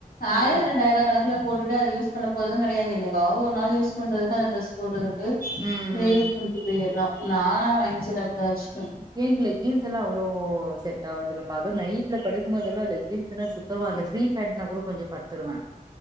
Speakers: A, on the right; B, on the left.
A: ம்
B: ஆயிர ரெண்டாயிரவ கணக் ல்லா போட்டுட்டு அத யூஸ் பண்ண போறது கெடையாது என்னைக்கோ ஒரு நாள் யூ பண்றதுக்கு அந்த ட்ரஸ் போடுறது ஆஹ
A: ம்
B: நீஸ்
A: ம்
B: குன்ட்டு போய்ர்ல்லா நாலா மைன் செட் அப்பிடிதா வச்சிருந்
A: விண்டு லெக்கின்ஸ் எல்லா அவ்வளோ செட் ஆவுறதல்லபா அது நைட்ல படுக்குபோதெல்லா லெக்கின்ஸ்ன சுத்தமா அந்த ஃப்ரீ பேண்ட்னா கூட கொஞ்சோ படுத்துருவே